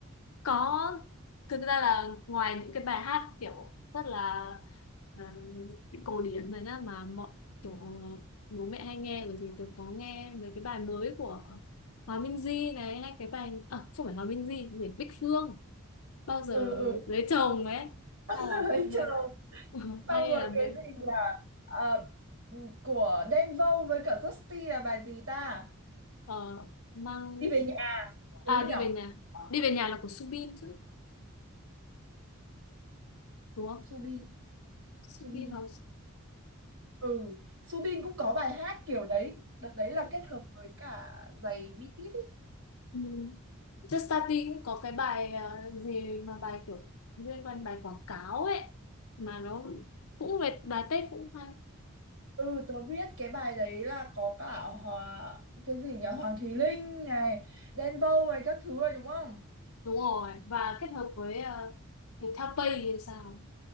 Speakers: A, on the left; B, on the right.
A: có thực ra là ngoài những cái bài hát kiểu rất là ờ, cổ điển rồi nhá mà mọi kiểu bố mẹ hay nghe rồi thì tôi có nghe mấy cái bài mới của Hòa Minzy này hay cái bài à, không phải Hòa Minzy gì Bích Phương bao giờ
B: Ừ ừ,
A: lấy chồng ấy
B: <laughs>
A: hay là
B: ấy
A: cái mới
B: chờ.
A: <laughs>
B: Xong
A: hay
B: rồi
A: là mấy
B: cái gì là ờ, của Đen Vâu với cả Justy là bài gì ta?
A: ờ, mang
B: Đi về nhà, đúng
A: à
B: không
A: đi
B: nhở?
A: về nhà đi về nhà là của Subin chứ đúng không
B: Subin,
A: Subin
B: Subin.
A: là
B: Ừ, Subin cũng có bài hát kiểu đấy. Đợt đấy là kết hợp với cả giày bi tít ý.
A: ừ. Just Study cũng có cái bài ờ, gì mà bài kiểu liên quan bài quảng cáo ấy mà nó cũng về bài Tết cũng hay
B: Ừ, tớ biết cái bài đấy là có cả Hòa cái gì nhỉ Hoàng Thùy Linh này Đen Vâu này các thứ rồi đúng không?
A: đúng rồi và kết hợp với uh, Viettel Pay thì sao